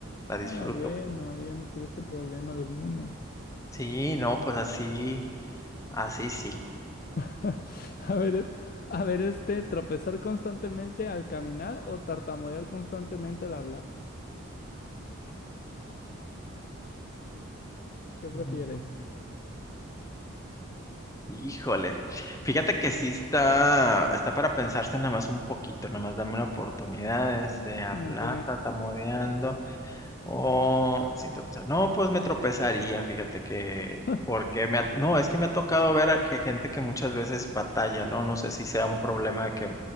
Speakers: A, on the left (about 15°); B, on the left (about 40°).
A: La disfruto.
B: Ah, bueno, ya no tuviste problema alguno.
A: Sí, no, pues así, así sí.
B: <laughs> A ver, a ver, este, tropezar constantemente al caminar o tartamudear constantemente al hablar. ¿Qué prefieres?
A: Mm, Híjole, fíjate que sí está, está para pensarse nada más un poquito, nada más dame una oportunidad de hablar,
B: Ok.
A: tartamudeando. Oh, sin tropezar. No, pues me tropezaría, fíjate que,
B: <laughs>
A: porque me ha- no, es que me ha tocado ver a que gente que muchas veces batalla, ¿no? No sé si sea un problema de que